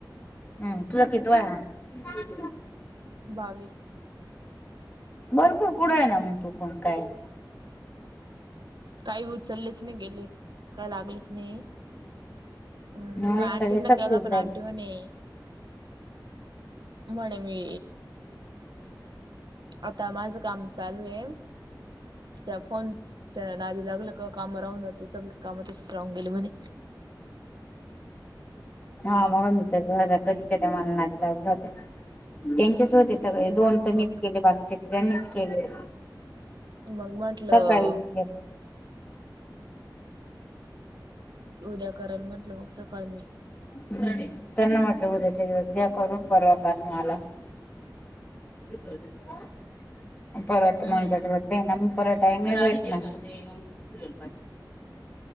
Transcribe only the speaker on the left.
हम्म तुझा कितवा आहे हा.
भरपूर पुढे आहे ना मग तू पण काय?
नाही
सगळे सक्सेस
झाले.
हा म्हणून मी काय घरा कधीच्या टायमाला नाधी लागलो होत, त्यांच्याच होते सगळे दोन तर
मीच केले बाकीचे त्यांनीच केले.
सकाळी घे.
हम्म, त्यांना वाटल उद्याच्या दिवस घ्या करून परवा पाणी आला. <unintelligible> परत
म <unintelligible> ना म परत टाईम नाही भेटणार.